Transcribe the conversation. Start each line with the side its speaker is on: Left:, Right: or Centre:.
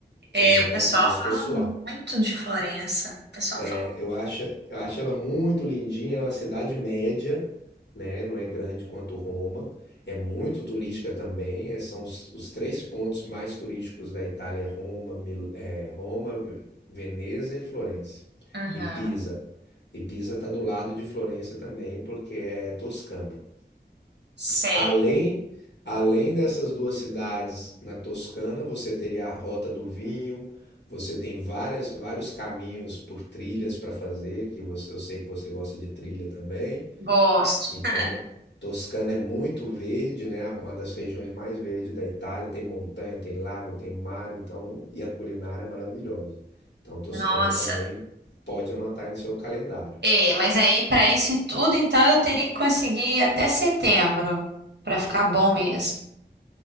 Right: É,
Left: por minha
Right: o pessoal
Left: opinião
Right: fala
Left: pessoal.
Right: muito de Florença. O pessoal fala.
Left: É, eu acho, eu acho ela muito lindinha, é uma cidade média, né? Não é grande quanto Roma. É muito turística também. é, são os, os três pontos mais turísticos da Itália, é Roma, Mil- é, Roma, Veneza e Florença.
Right: Aham.
Left: E Pisa. E Pisa está do lado de Florença também, porque é Toscana.
Right: Sei,
Left: Além, além dessas duas cidades na Toscana, você teria a Rota do Vinho, você tem várias, vários caminhos por trilhas para fazer, que você, eu sei que você gosta de trilha também.
Right: gosto.
Left: Então,
Right: <laughs>
Left: Toscana é muito verde, né? Uma das regiões mais verdes da Itália, tem montanha, tem lago, tem mar, então, e a culinária é maravilhosa. Então, Toscana
Right: Nossa.
Left: também pode anotar aí no seu calendário.
Right: É, mas aí para isso e tudo, então eu teria que conseguir ir até setembro para ficar bom mesmo.